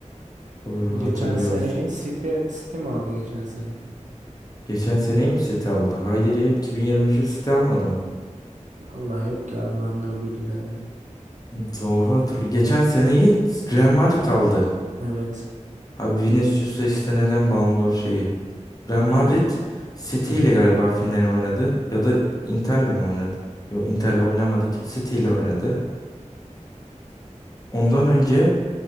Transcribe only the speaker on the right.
Geçen
seneyi City, City mi aldı geçen sene?
Vallahi yok ya abi bende o bilgiler ya.
Evet.
Aynen.